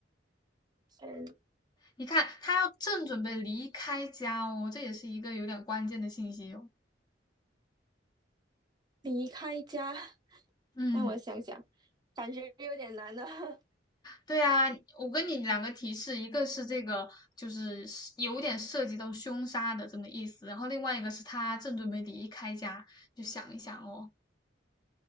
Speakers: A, on the right; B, on the left.
A: 先
B: 你看他要正准备离开家哦，这也是一个有点关键的信息哦。
A: 离开家。
B: 嗯。
A: 让我想想，感觉有点难呢。<laughs>
B: 对呀，我跟你两个提示，一个是这个就是有点涉及到凶杀的这么意思，然后另外一个是他正准备离开家，就想一想哦，